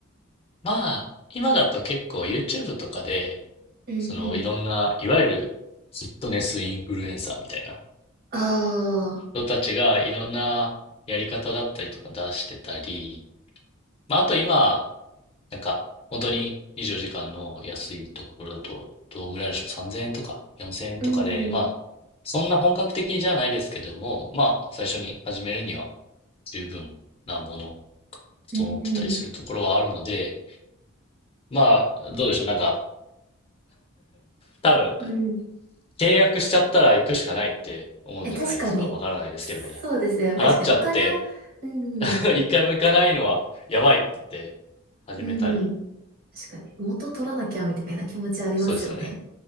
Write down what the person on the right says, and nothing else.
う。うんうん。
ああ、
うん、うん
うん、
うん。
え、確かに、
そうですね。
確かに、お金を、うん、
うん、確かに、元取らなきゃみたいな気持ちありますよね。